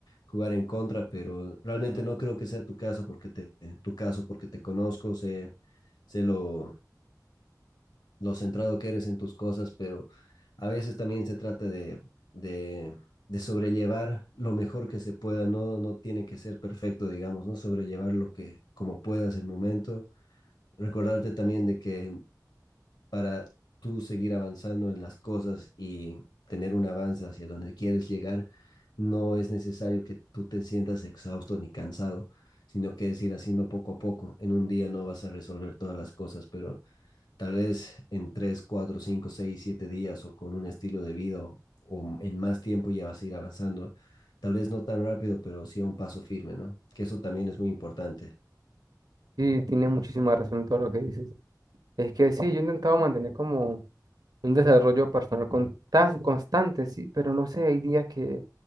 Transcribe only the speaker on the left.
jugar en contra, pero realmente no creo que sea tu caso porque te, tu caso porque te conozco, sé, sé lo lo centrado que eres en tus cosas, pero a veces también se trata de, de, de sobrellevar lo mejor que se pueda, no, no tiene que ser perfecto, digamos, ¿no? Sobrellevar lo que, como puedas el momento. Recordarte también de que para tú seguir avanzando en las cosas y tener un avance hacia donde quieres llegar, no es necesario que tú te sientas exhausto ni cansado, sino que es ir haciendo poco a poco. En un día no vas a resolver todas las cosas, pero tal vez en 3 4 5 6 7 días o con un estilo de vida o, o en más tiempo ya vas a ir avanzando. Tal vez no tan rápido, pero sí a un paso firme, ¿no? Que eso también es muy importante.